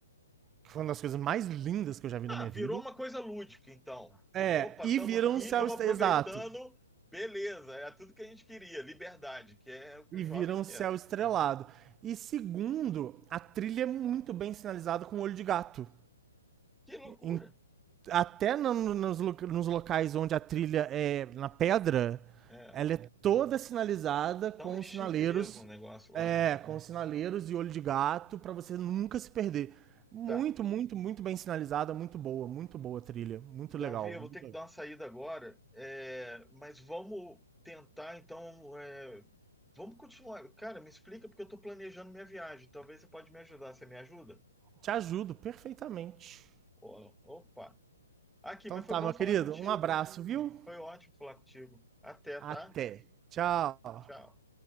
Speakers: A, on the right (about 20°); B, in the centre.
A: que foi uma das coisas mais lindas que eu já vi
B: Ah,
A: na minha
B: virou
A: vida.
B: uma coisa lúdica, então.
A: É,
B: Opa,
A: e
B: estamos
A: viram
B: aqui,
A: o céu
B: estamos
A: estrelado.
B: aproveitando.
A: Exato.
B: Beleza, é tudo que a gente queria, liberdade, que é o que
A: e
B: o jovem
A: vira um
B: quer.
A: céu estrelado. E segundo, a trilha é muito bem sinalizada com olho de gato.
B: Que loucura!
A: Em- até no- no- nos, lo- nos locais onde a trilha é na pedra,
B: É.
A: ela é toda sinalizada com
B: Então é chique
A: os sinaleiros,
B: mesmo o negócio
A: é,
B: lá.
A: com os sinaleiros e olho de gato pra você nunca se perder. Muito,
B: Tá,
A: muito, muito bem sinalizada, muito boa, muito boa a trilha, muito
B: Davi,
A: legal,
B: eu vou
A: muito
B: ter que
A: legal.
B: dar uma saída agora, é, mas vamos tentar, então, é, vamos continuar. Cara, me explica porque eu estou planejando minha viagem. Talvez você pode me ajudar. Você me ajuda?
A: Te ajudo perfeitamente.
B: Ó, Opa! Aqui,
A: Então
B: mas
A: tá,
B: foi bom
A: meu
B: falar
A: querido,
B: contigo.
A: um abraço, viu?
B: Foi ótimo falar contigo. Até,
A: Até.
B: tá?
A: Tchau.
B: Tchau.